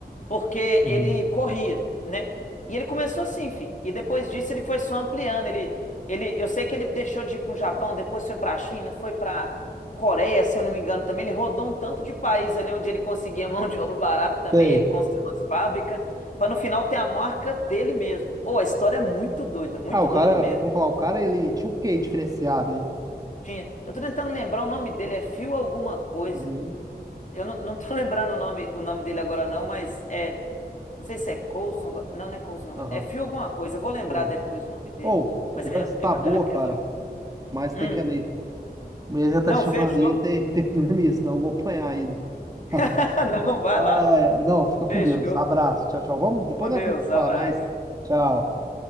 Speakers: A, on the left; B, on the right.
A: porque
B: uhum.
A: ele corria, né? E ele começou assim, fi. E depois disso ele foi só ampliando. Ele, ele, eu sei que ele deixou de ir com o Japão, depois foi pra China, foi pra Coreia, se eu não me engano também. Ele rodou um tanto de país ali onde ele conseguia mão de obra barata também.
B: Sei.
A: Ele construiu umas fábricas Pra no final ter a marca dele mesmo. Ou a história é muito doida, muito
B: Ah, o
A: doida
B: cara,
A: mesmo.
B: vamos falar, o cara ele tinha um quê diferenciado, né?
A: Tinha. Eu tô tentando lembrar o nome dele, é Fio alguma coisa.
B: Uhum.
A: Eu não, não tô <laughs> lembrando o nome, o nome dele agora, não, mas é. Não sei se é Coulson. Não, não é Coulson,
B: Aham.
A: não. É Phil alguma coisa. Eu vou lembrar
B: sei.
A: depois o nome dele.
B: Ou,
A: Mas
B: conversa
A: eu, eu-
B: tá
A: eu
B: boa,
A: lembro que
B: cara,
A: é Phil.
B: mas tem
A: Hum.
B: que ir ali. A mulher já tá
A: Não,
B: chamando
A: fechou.
B: ali, tem, tem que <laughs> dormir, senão eu vou apanhar ainda. <laughs>
A: <laughs> Não, vai
B: Ai,
A: lá.
B: ai, não, fica com
A: Fechou.
B: Deus. Abraço, tchau, tchau. Vamos, depois
A: Com
B: nós
A: Deus.
B: combinamos de
A: Abraço.
B: falar mais. Tchau.